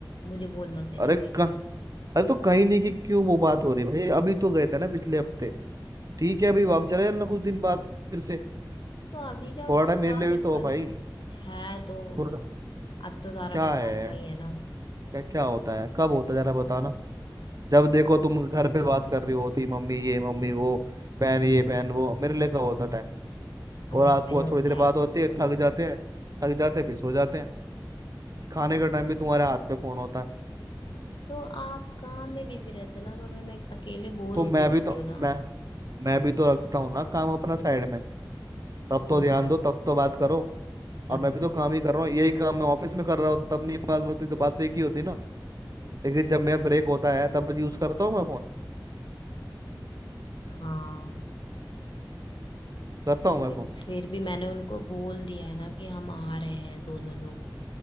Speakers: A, on the left; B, on the right.
A: मुझे बोल मत देना
B: अरे
A: कहीं जाने
B: कह
A: के लिए
B: अरे तो कहीं नहीं कि क्यों वो बात हो रही है भाई अभी तो गए थे ना पिछले हफ्ते ठीक है अभी वापस चले जाना कुछ दिन बाद फिर से
A: तो अभी जाने
B: थोड़ा
A: में
B: टाइम मेरे
A: क्या
B: लिए
A: दिक्कत
B: भी तो हो भाई
A: है है तो
B: पुरना
A: अब तो सारा
B: क्या
A: टाइम
B: है
A: आपका ही है ना
B: क्या क्या होता है कब होता है जरा बताना जब देखो तुम घर पे बात कर रही होती मम्मी ये मम्मी वो पहन ये पहन वो मेरे लिए कब होता टाइम
A: हमेशा
B: और रात को
A: ही होता
B: थोड़ी देर
A: है
B: बात होती है थक जाते हैं थक जाते हैं फिर सो जाते हैं खाने का टाइम भी तुम्हारे हाथ पे फोन होता है
A: तो आप काम में बिजी रहते ना तो फिर मैं अकेले बोर
B: तो
A: होती
B: मैं भी
A: रहती
B: तो
A: हूँ ना
B: मैं मैं भी तो रखता हूँ ना काम अपना साइड में तब तो
A: मैं
B: ध्यान दो तब तो बात करो
A: तब
B: और मैं भी तो काम ही कर रहा हूँ यही काम मैं ऑफिस में कर रहा होता तब नहीं बात होती तो बात तो एक ही होती ना लेकिन जब मेरा ब्रेक होता है तब यूज करता हूँ मैं फोन
A: हाँ
B: करता
A: लेकिन
B: हूँ मैं फोन
A: फिर भी मैंने उनको बोल दिया है ना कि हम आ रहे हैं दोनों लोग